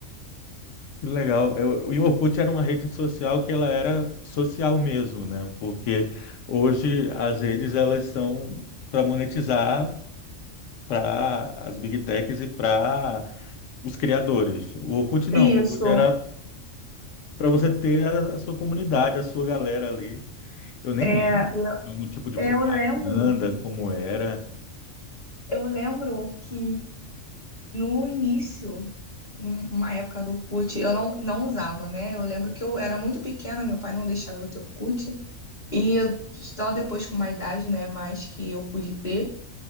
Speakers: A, on the left; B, on the left.
A: Que legal. Eu, e o Orkut era uma rede social que ela era social mesmo, né? Porque hoje as redes elas são para monetizar para as big techs e para os criadores. O Orkut não,
B: Isso.
A: o Orkut era para você ter a, a sua comunidade, a sua galera ali. Eu nem
B: É,
A: lembro
B: eu,
A: de algum tipo de
B: eu
A: propaganda,
B: lembro,
A: como era.
B: eu lembro que No início, num- numa época do Orkut, eu não, não usava, né? Eu lembro que eu era muito pequena, meu pai não deixava eu ter Orkut. E eu- só depois com uma idade, né, mais que eu pude ter,